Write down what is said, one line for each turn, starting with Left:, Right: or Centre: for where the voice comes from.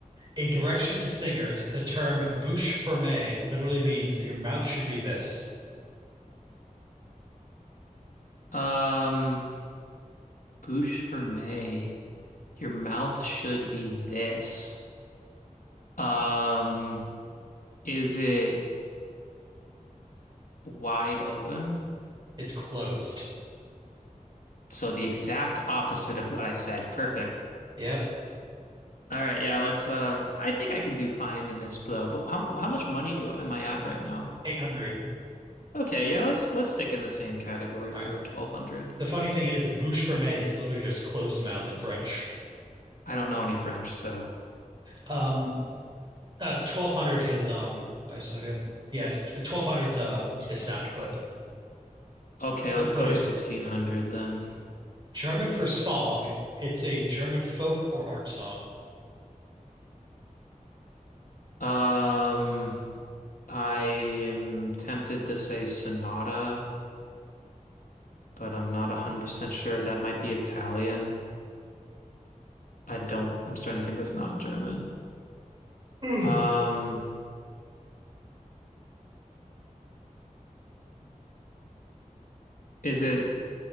Right: A direction to singers, the term bouche fermée literally means that your mouth should be this.
Left: Um, bouche for May. Your mouth should be this. Um, is it wide open?
Right: It's closed.
Left: So the exact opposite of what I said. Perfect.
Right: Yep.
Left: All right, yeah, let's um I think I can do fine in this though. But how how much money do am I at right now?
Right: 800.
Left: Okay, yeah, let's let's stick in the same category
Right: All
Left: for
Right: right.
Left: 1200.
Right: The funny thing is, bouche fermée is literally just closed mouth in French.
Left: I don't know any French, so
Right: Um, uh, 1200 is, um, wait a second. Yes, 1200's uh, a sound clip.
Left: okay,
Right: So
Left: let's
Right: when
Left: go
Right: it's
Left: to 1600 then.
Right: German for song? It's a German folk or art song.
Left: Um I am tempted to say Sonata, but I'm not 100% sure that might be Italian. I don't I'm starting to think that's not German.
Right: Hmm.
Left: Um is it